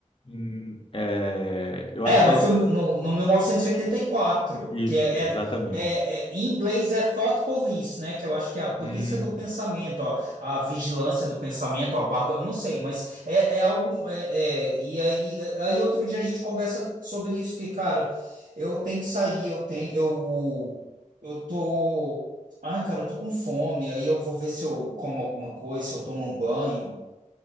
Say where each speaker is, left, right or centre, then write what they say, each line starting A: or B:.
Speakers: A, on the left; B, on the right.
A: em, eh, eu
B: é,
A: acho que
B: no
A: é
B: filme, no, no 1984,
A: isso,
B: que é,
A: exatamente.
B: é, é- é- em inglês é Thought Police, né? Que eu acho que é a polícia
A: Hum.
B: do pensamento, ó, a vigilância do pensamento, a guarda, eu não sei, mas é, é algo. é- é, e aí, aí outro dia a gente conversa sobre isso, que, cara, eu tenho que sair, eu tenho, eu, eu tô. Ai, cara, eu tô com fome, aí eu vou ver se eu como alguma coisa, se eu tomo um banho.